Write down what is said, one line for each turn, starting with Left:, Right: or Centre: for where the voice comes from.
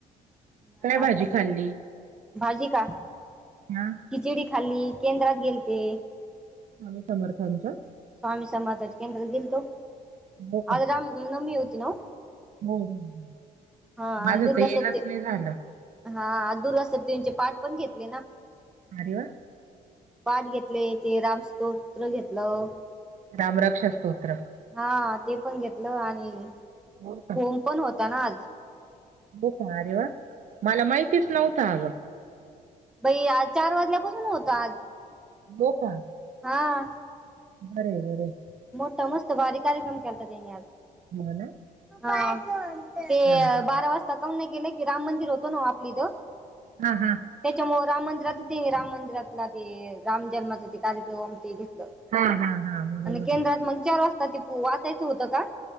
Centre: नाही
Right: काय
Centre: आता
Right: भाजी खाल्ली?
Centre: भाजी का
Right: आ
Centre: खिचडी खाल्ली, केंद्रात गेलते.
Right: स्वामी समर्थांच्या
Centre: स्वामी समर्थांच्या केंद्रात गेलतो,
Right: हो
Centre: आज
Right: का
Centre: रामनवमी होती न ओ?
Right: हो माझ
Centre: हा आणि
Right: तर
Centre: दुर्गा
Right: येणच
Centre: सप्तमी
Right: नाही झालं.
Centre: हा दुर्गा सपतींचे पाठ पण घेतले ना.
Right: अरे व्वा.
Centre: पाठ घेतले ते राम स्तोत्र घेतलं.
Right: रामराक्ष स्तोत्र
Centre: हा ते पण घेतलं आणि
Right: हो
Centre: होम पण होता ना आज
Right: खूप भारी व्वा, मला माहितीच नव्हत अग
Centre: बाई आज चार वाजल्यापासून होतं आज
Right: बो पा
Centre: हा.
Right: बरय, बरय.
Centre: मोठा मस्त भारी कार्यक्रम केलात त्यांनी
Right: हो ना
Centre: आज ते
Right: हा
Centre: अ
Right: हा
Centre: बारा वाजता काऊ नाही केलं की राम मंदिर होतो ना आपल्या इथ
Right: हा हा.
Centre: त्याच्यामुळ राम मंदिराच ते राम मंदिरातला ते राम जन्माचा ते कार्यक्रम ते घेतलं.
Right: हा हा हा. बरोबर
Centre: आणि केंद्रात मग चार वाजता ते पो वाचायचं होतं का?